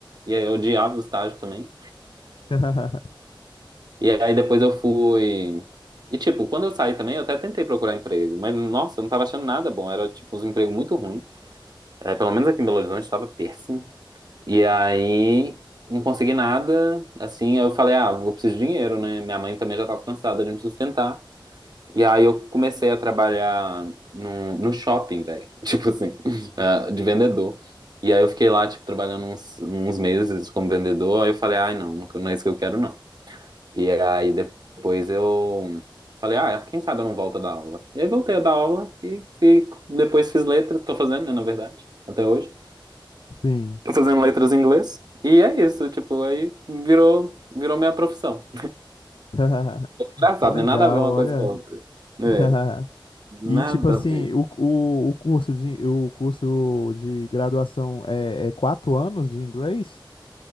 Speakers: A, on the right (about 50°); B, on the left (about 80°).
A: e aí eu odiava o estágio também.
B: <laughs>
A: E aí depois eu fui. E tipo, quando eu saí também, eu até tentei procurar emprego, mas nossa, eu não tava achando nada bom, era tipo uns empregos muito ruins. É, pelo menos aqui em Belo Horizonte tava péssimo. E aí não consegui nada, assim, aí eu falei, ah, eu preciso de dinheiro, né? Minha mãe também já tava cansada de me sustentar. E aí eu comecei a trabalhar no, no shopping, velho. <laughs> Tipo assim, ah, de vendedor. E aí eu fiquei lá, tipo, trabalhando uns, uns meses como vendedor. Aí eu falei, ai, não, não é isso que eu quero, não. E aí depois eu falei, ah, quem sabe eu não volto a dar aula. E aí voltei a dar aula e, e depois fiz letra, tô fazendo, né, na verdade, até hoje.
B: Sim.
A: Tô fazendo letras em inglês. E é isso, tipo, aí virou, virou minha profissão.
B: <laughs>
A: Engraçado,
B: Que legal,
A: né? Nada a ver uma
B: olha.
A: coisa com a outra. É,
B: <laughs>
A: nada
B: E tipo assim,
A: a ver.
B: o, o, o curso de o curso de graduação é, é quatro anos de inglês?